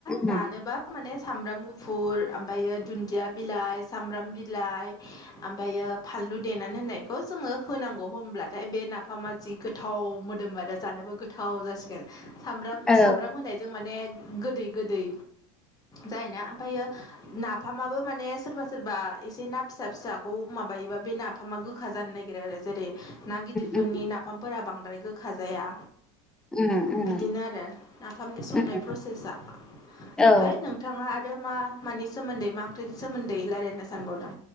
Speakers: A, on the left; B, in the centre.
A: रानोबा
B: उम
A: माने सामब्राम गु गुफुर ओमफ्रायो दुन्दिया बिलाइ सामब्राम बिलाइ ओमफ्रायो फानलु देनानै होननायखौ जोङो होनांगौ होनब्लाथाय बे नाफामा जि गोथाव मोदोम आरो जानोबो गोथाव जा सामब्राम
B: औ
A: सामब्राम होनायजों माने गोदै गोदै जायोना ओमफ्रायो नाफामाबो माने सोरबा सोरबा एसे ना फिसा फिसाखौ माबा माबायोबा बे नाफामा गोखा जानो नागिरो आरो जेरै ना गिदिरफोरनि
B: उम
A: नाफामफोरा बांद्राय गोखा जाया
B: उम उम
A: बिदिनो आरो नाफामनि संनाय
B: औ
A: प्रसेसा ओमफ्राय
B: ओ
A: नोंथाङा आरो मा मानि सोमोन्दै मा ओंख्रिनि सोमोन्दै रायजलायनो सानबावदों